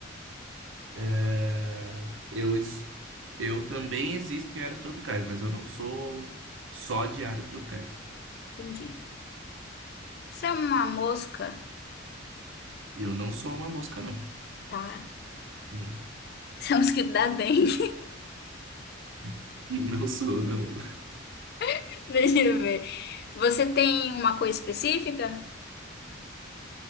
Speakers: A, on the right (about 70°); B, on the left (about 50°).
A: É, eu, es- eu também existo em áreas tropicais, mas eu não sou só de áreas tropicais.
B: Entendi. Você é uma mosca?
A: Eu não sou uma mosca, não.
B: Tá. <laughs>
A: Não,
B: Você é um mosquito da dengue.
A: <laughs> não sou, não.
B: <laughs> Deixa eu ver. Você tem uma cor específica?